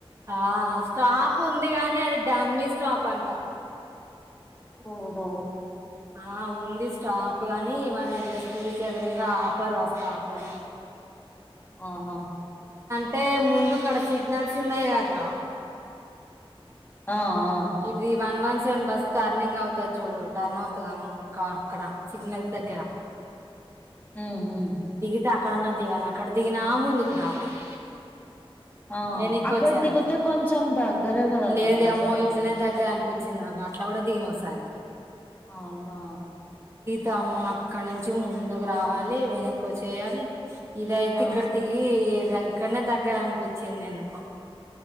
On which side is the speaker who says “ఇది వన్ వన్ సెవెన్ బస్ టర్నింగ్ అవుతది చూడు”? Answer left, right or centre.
Right